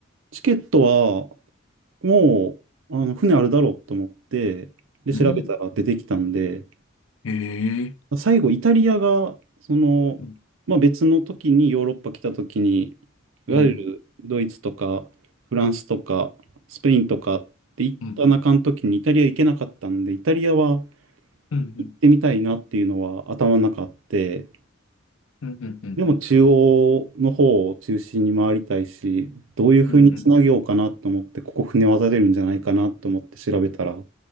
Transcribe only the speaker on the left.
うん。
へえ。
うん、
うん、うん、
うん、うん、
うん、うん、うん、
うん。うん